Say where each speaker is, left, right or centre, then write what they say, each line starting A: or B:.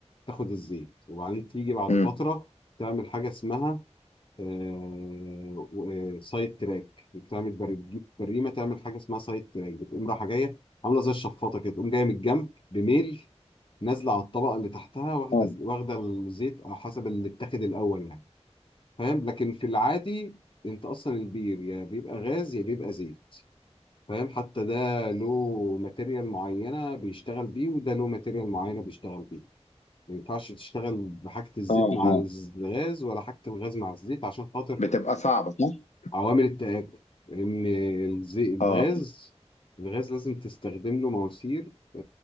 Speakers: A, on the left; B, on the left.
A: تاخد الزيت وبعدين تيجي بعد
B: امم
A: فتره تعمل حاجه اسمها آه، و- آه، سايد تراك بتعمل بر- بتجيب بريمه تعمل حاجه اسمها سايد تراك بتقوم رايحه جايه عامله زي الشفاطه كده تقوم جايه من الجنب بميل نازله على الطبقه اللي تحتها واخده
B: اه
A: واخده الزيت على حسب اللي اتاخد الاول يعني فاهم لكن في العادي انت اصلا البير يا بيبقى غاز يا بيبقى زيت فاهم حتى ده له ماتيريال معينة بيشتغل بيه وده له ماتيريال معينة بيشتغل بيه ما ينفعش تشتغل بحاجة الزيت
B: اه
A: مع
B: اه
A: الغاز ولا حاجة الغاز مع الزيت عشان خاطر
B: بتبقى صعبه صح؟
A: عوامل التآكل إن الزي- الغاز
B: اه
A: الغاز لازم تستخدم له مواسير آه،